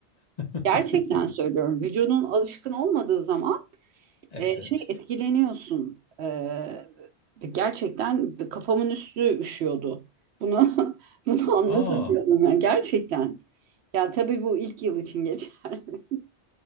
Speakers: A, on the left; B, on the right.
A: <laughs>
B: Gerçekten söylüyorum. Vücudun alışkın olmadığı zaman
A: Evet
B: E,
A: evet.
B: şey etkileniyorsun. E, gerçekten kafamın üstü üşüyordu. Bunu <laughs> bunu anlatamıyordum
A: Aa.
B: yani gerçekten. Ya tabii bu ilk yıl için geçer. <laughs>